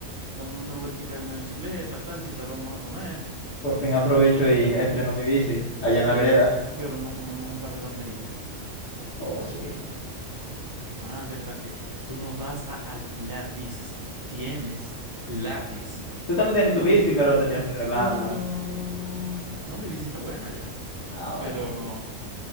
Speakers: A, on the right; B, on the left.
A: damos unas vuelticas en las bicicletas, tal, si tal vamos a comer,
B: Por fin aprovecho y estreno mi bici allá en la
A: pero,
B: vereda.
A: pero nos comemos un par de banderillas.
B: Oh, sí.
A: Ah, verdad que tú no vas a alquilar bicis, tú tienes la bici.
B: Tú también tienes tu bici, pero tendrías
A: Tun, tun,
B: que
A: tun,
B: arreglarla.
A: tun, tun, tun. No, mi bici está buena ya,
B: Ah, bueno.
A: pero